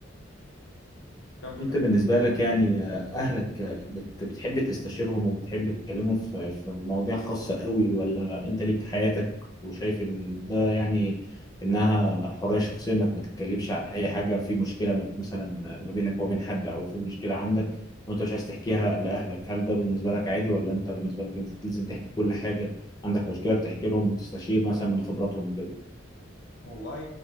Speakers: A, on the left (about 85°); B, on the left (about 20°).
A: كمل
B: انت
A: كمل
B: بالنسبة لك يعني آه، اهلك آه، بت- بتحب تستشيرهم وبتحب تتكلموا في في مواضيع خاصة قوي ولا انت ليك حياتك وشايف ان ده يعني انها حرية شخصية انك ما تتكلمش عن اي حاجة في مشكلة مثلا ما بينك وبين حد او في مشكلة عندك وانت مش عايز تحكيها لاهلك هل ده بالنسبة لك عادي ولا انت بالنسبة لك انت لازم تحكي كل حاجة عندك مشكلة بتحكي لهم وتستشير مثلا من خبراتهم وكده
A: والله